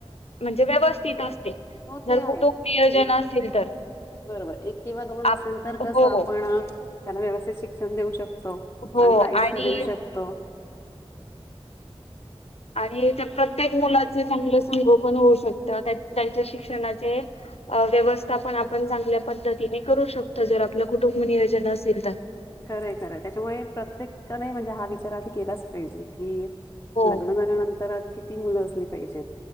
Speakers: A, on the left; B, on the left.
A: म्हणजे व्यवस्थित असते
B: हो
A: जर
B: ते आहेत
A: कुटुंब नियोजन
B: एक
A: असेल तर.
B: बरोबर एक किंवा दोन
A: आप
B: असेल तर तसं
A: हो.
B: आपण त्यांना व्यवस्थित शिकण क्षण देऊ शकतो
A: हो
B: चांगलं आयुष्य
A: आणि
B: देऊ शकतो
A: आणि त्या प्रत्येक मुलाचे चांगलं संगोपण होऊ शकतं त्यांच्या शिक्षणाचे व्यवस्था पण आपण चांगल्या पद्धतीने करू शकतो जर आपलं कुटुंब नियोजन असेल तर
B: खरं आहे खरं आहे त्याच्यामुळे प्रत्येकाने म्हणजे हा विचार आधी केलाच पाहिजे की
A: हो
B: लग्न झाल्यानंतरात किती किती मुलं असली पाहिजेत